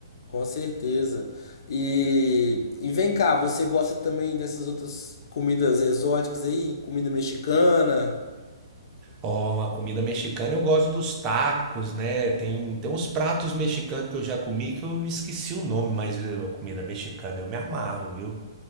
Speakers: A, on the left (about 60°); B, on the right (about 25°).
A: Com certeza. E, e vem cá, você gosta também dessas outras comidas exóticas aí? Comida mexicana?
B: Ó, a comida mexicana eu gosto dos tacos, né? Tem, tem uns pratos mexicanos que eu já comi que eu esqueci o nome, mas eh, a comida mexicana eu me amarro, viu?